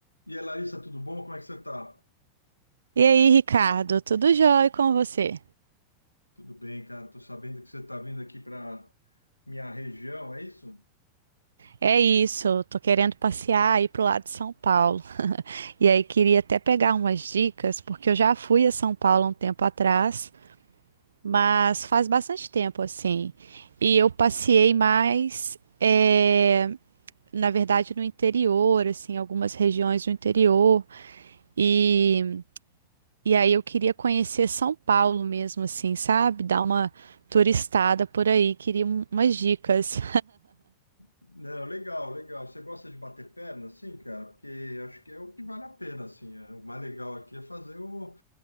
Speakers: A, on the left; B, on the right.
A: E aí, Larissa, tudo bom? Como é que você tá?
B: E aí, Ricardo, tudo jóia com você?
A: Tudo bem, cara. Tô sabendo que você tá vindo aqui para minha região, é isso?
B: É isso, tô querendo passear aí pro lado de São Paulo. E aí queria até pegar umas dicas, porque eu já fui a São Paulo há um tempo atrás, mas faz bastante tempo assim. E eu passei
A: Entendi.
B: mais, eh, na verdade, no interior, assim, algumas regiões do interior. E, e aí eu queria conhecer São Paulo mesmo, assim, sabe? Dar uma turistada por aí, queria um- umas dicas.
A: Não, legal, legal. Você gosta de bater perna, sim, cara? Porque acho que é o que vale a pena, assim. É, O mais legal aqui é fazer o